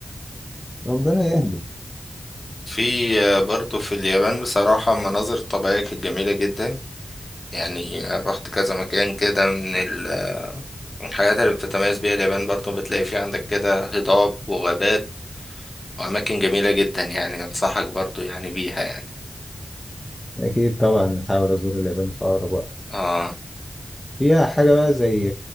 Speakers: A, on the left; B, on the left.
A: ربنا يهدي
B: في آه، برضو في اليابان بصراحة المناظر الطبيعية كانت جميلة جدا يعني آه، رحت كذا مكان كده من ال- من الحاجات اللي بتتميز بيها اليابان برضو بتلاقي في عندك كده هضاب وغابات وأماكن جميلة جدا يعني أنصحك برضو يعني بيها يعني
A: أكيد طبعا نحاول أزور اليابان في أقرب وقت
B: آه
A: فيها حاجة بقى زي